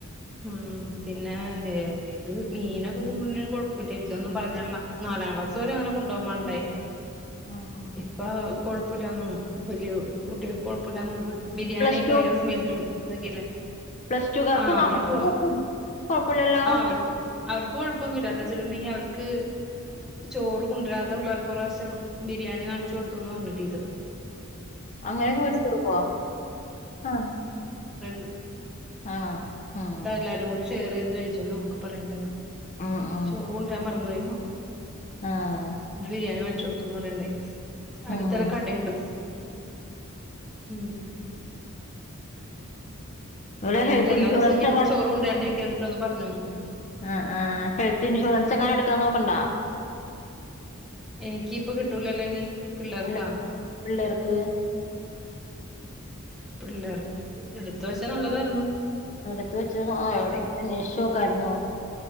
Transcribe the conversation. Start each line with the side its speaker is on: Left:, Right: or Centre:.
Centre: ഉം പിന്നെ ഇത് മീനൊക്കെ കൊണ്ടോവ്ന്നേന് കൊഴപ്പല്ലേക്കും അതൊന്നും പറഞ്ഞിട്ടില്ല നാലാം ക്ലാസ്സ്‌ വരെ അങ്ങനെ കൊണ്ടോവാ <unintelligible>
Left: ഉം ഉം.
Centre: ഇപ്പൊ കൊഴപ്പ് <unintelligible> കുട്ട്യാള്ക്ക് കൊഴപ്പല്ല തോന്ന്ണ് ബിരിയാണിയൊക്കെ
Left: പ്ലസ് ടു
Centre: ഭയങ്കര സ്മെല്ലും ഇതൊക്കല്ലേ
Left: പ്ലസ് ടു കാർക്ക്
Centre: ആ
Left: നമ്മള്
Centre: അവർക്ക്
Left: കൊഴപ്പല്ലല്ലോ
Centre: ആ അവർ അവർക്ക് കൊഴപ്പൊന്നുല്ല എന്നാ ച്ചിട്ടുണ്ടെങ്കി അവൾക്ക് ചോറ് കൊണ്ടരാത്ത പിള്ളേർക്ക് ഒറാവശ്യം ബിരിയാണി വാങ്ങിച്ചു കൊട്ത്ത് പറഞ്ഞ് ടീച്ചറ്
Left: അങ്ങനെയൊക്കെ മേടിച്ച് കൊടുക്കൊ? ആഹ്
Centre: അ
Left: ആണോ ഉം
Centre: ന്നിട്ടാ എല്ലാരും കൂടി ഷെയർ ചെയ്ത് കഴിച്ചു <unintelligible> പറയണ്ടായിരുന്നു
Left: ഉം ഉം
Centre: ചോറ് കൊണ്ടുരാൻ മറന്നൊയിന്ന
Left: ആഹ്
Centre: ബിരിയാണി വങ്ങിച്ചോ കൊടു <unintelligible> അടുത്തന്നെ
Left: ഉം
Centre: കടേണ്ട് ഉം
Left: ഓലെ
Centre: അങ്ങനത്തെ
Left: ഹെൽത്ത്
Centre: എല്ലാ
Left: ഇൻഷുറൻസ്
Centre: ദിവസവും ഇനി ചോറ് കൊണ്ടരാണ്ടിരി <unintelligible> പറഞ്ഞോ
Left: ആ ആ ഹെൽത്ത് ഇൻഷുറൻസ് <unintelligible> എടുക്കാന്നോക്ക്ണ്ടോ
Centre: എനിക്ക് ഇപ്പ കിട്ടൂലല്ലോന്നീ പിള്ളേർക്കാ
Left: അല്ല പി- പിള്ളേർക്ക്
Centre: പിള്ളേർക്ക് എടുത്ത് വച്ചാ നല്ലതായിരുന്നു
Left: അടുത്ത് വെച്ച് ങാ എവിടെങ്കിലും അന്വേഷിച്ച് നോക്ക് <unintelligible>